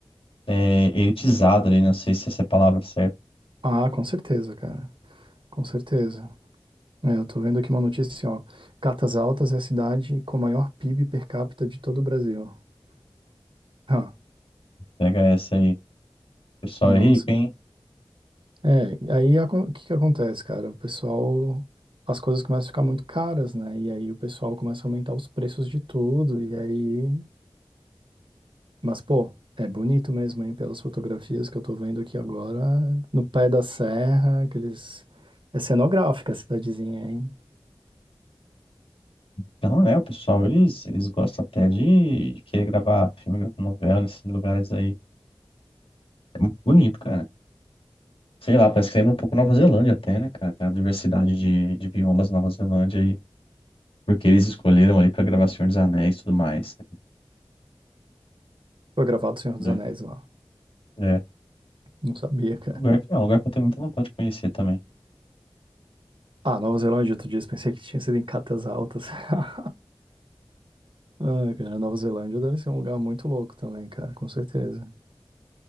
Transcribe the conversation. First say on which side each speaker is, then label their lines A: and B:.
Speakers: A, on the left; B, on the right.
A: é, elitizado ali, não sei se essa é a palavra certa.
B: Ah, com certeza, cara. Com certeza. É, eu tô vendo aqui uma notícia, ó. Catas Altas é a cidade com maior PIB per capita de todo o Brasil. <laughs> Ah,
A: Pega essa aí. O pessoal
B: nossa.
A: é rico, hein?
B: É, aí acon- o que que acontece, cara? O pessoal. As coisas começam a ficar muito caras, né? E aí o pessoal começa a aumentar os preços de tudo. E aí Mas, pô, é bonito mesmo, hein? Pelas fotografias que eu tô vendo aqui agora, no pé da serra, aqueles. É cenográfica a cidadezinha, hein?
A: Então, né, o pessoal, eles, eles gostam até de, de querer gravar filme, gravar novela nesses lugares aí. É muito bonito, cara. Sei lá, parece que lembra um pouco Nova Zelândia até, né, cara? A diversidade de, de biomas da Nova Zelândia aí porque eles escolheram ali pra gravar Senhor dos Anéis e tudo mais.
B: Foi gravado o Senhor dos
A: É,
B: Anéis lá.
A: é
B: Não sabia, cara.
A: um lugar que, é um lugar que eu tenho muita vontade de conhecer também.
B: Ah, Nova Zelândia, outro dia, pensei que tinha sido em Catas Altas. <laughs> Ah, cara, Nova Zelândia deve ser um lugar muito louco também, cara, com certeza.